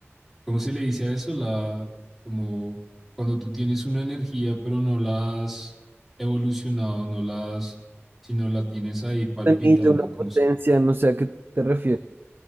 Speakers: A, in the centre; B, on the right.
A: ¿cómo se le dice a eso? La, como cuando tú tienes una energía, pero no la has evolucionado, no la has, sino la tienes ahí palpitando,
B: una milla, una potencia,
A: como se,
B: no sé a qué te refieres.